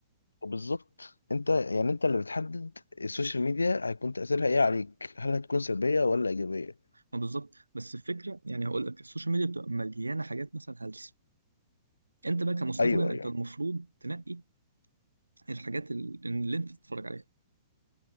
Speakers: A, on the left; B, on the right.
A: وبالظبط انت يعني انت اللي بتحدد السوشيال ميديا هيكون تاثيرها ايه عليك هل هتكون سلبيه ولا ايجابيه
B: ما بالظبط بس الفكره يعني هقول لك السوشيال ميديا بتبقى مليانه حاجات مثلا هلس انت بقى كمستخدم
A: ايوه
B: انت
A: ايوه
B: المفروض تنقي الحاجات ال- اللي انت بتتفرج عليها